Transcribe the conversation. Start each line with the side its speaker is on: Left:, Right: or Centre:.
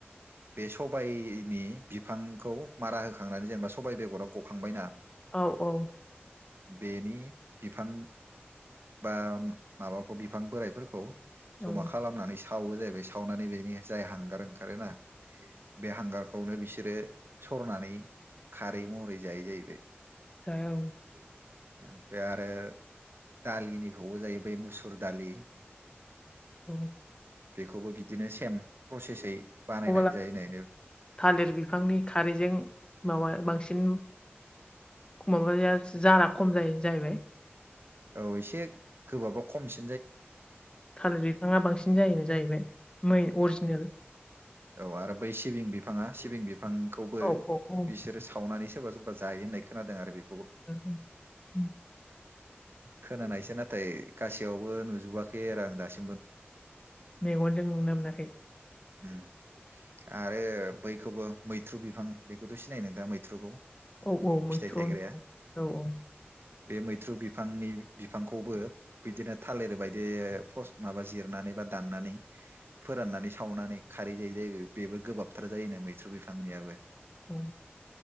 Right: बे सबायनि बिफांखौ मारा होखांनानै जेनेबा सबायाइ बेगरा गखांबायना
Left: औ औ
Right: बेनि बिफां बा माबाखौ बिफां बोराइफोरखौ जमा
Left: औ
Right: खालामनानै सावो जाहैबाय सावनानै बेनि जाय हांगार ओंखारोना बे हांगारखौनो बिसोरो सरनानै खारै महरै जायो जाहैबाय
Left: औ
Right: ओमफ्राय आरो दालिनिखौबो जायो बै मुसुर दालि
Left: औ
Right: बेखौबो बिदिनो सेम प्रसेसै बानायनानै
Left: अब्ला
Right: जायो होननायनो
Left: थालिर बिफांनि खारैजों माबा बांसिन माबाया जारा खम जायो जाहैबाय
Right: औ एसे गोबाबा खमसि
Left: थालिर बिफाङा बांसिन जायोनो जाहैबाय मै अरिजिनेल
Right: औ आरो बै सिबिं बिफाङा सिबिं बिफांखौबो
Left: औ औ औ
Right: बिसोरो सावनानै सोरबा सोरबा जायो होननाय खोनादों आरो बे
Left: <unintelligible>
Right: खोनानायसो नाथाय गासैयावबो नुजोबाखै आरो आं दासिम
Left: मेगनजों नुनो मोनाखै
Right: ओम आरो बैखौबो मैथ्रु बिफां बेखौथ' सिनायो नोंथां मैथ्रुखौ
Left: औ औ मैथ्रु
Right: फिथाइ थायग्राया
Left: औ औ
Right: बे मैथ्रु बिफांनि बिफांखौबो बिदिनो थालिर बायदि फंस माबा जिरनानै एबा दानानै फोरनानै सावनानै खारै जाय जायो बेबो गोबाबथार जायोना मैथ्रु बिफांनियाबो
Left: औ